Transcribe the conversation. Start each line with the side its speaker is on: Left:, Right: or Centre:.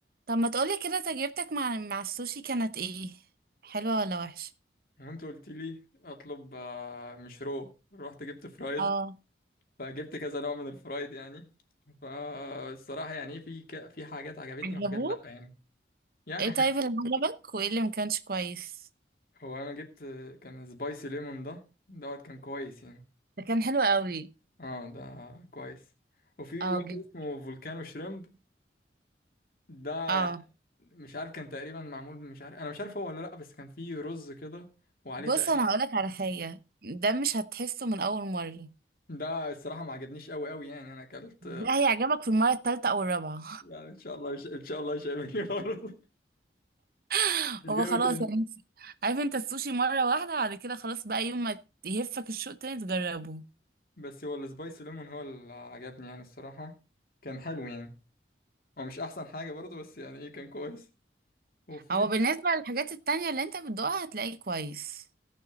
Right: طب ما تقولي كده تجربتك مع مع السوشي كانت ايه حلوة ولا وحشة
Left: هو انت قلت لي اطلب آه، مش رو رحت جبت فرايد
Right: اه
Left: فجبت كذا نوع من الفرايد يعني فالصراحة يعني في ك... في حاجات عجبتني
Right: عجبوك
Left: وحاجات لا يعني يعني
Right: ايه
Left: حاجة.
Right: طيب اللي عجبك وايه اللي ما كانش كويس
Left: هو انا جبت كان سبايسي ليمون ده دوت كان كويس يعني
Right: ده كان حلو قوي
Left: اه ده كويس وفي
Right: اه
Left: واحد
Right: جدا
Left: اسمه فولكانو شريمب ده
Right: اه
Left: يعني مش عارف كان تقريبا معمول مش عارف انا مش عارف هو ولا لا بس كان فيه رز كده وعليه
Right: بص
Left: تقريبا
Right: انا هقولك على حاجة ده مش هتحسه من اول مرة
Left: ده الصراحة ما عجبنيش قوي قوي يعني انا اكلت
Right: ده هيعجبك في المرة التالتة او الرابعة
Left: يعني ان شاء الله ان شاء الله مش هيعمل كده برضه <laughs>
Right: <laughs>
Left: مش
Right: هو
Left: جاي
Right: خلاص
Left: تاني
Right: يعني انت- عارف انت السوشي مرة واحدة بعد كده خلاص بقى يوم ما يهفك الشوق تاني تجربه
Left: بس هو السبايسي ليمون هو اللي عجبني يعني الصراحة كان حلو يعني هو مش أحسن حاجة برضه بس يعني إيه كان كويس وفي
Right: هو بالنسبة للحاجات التانية اللي انت بتدوقها هتلاقيه كويس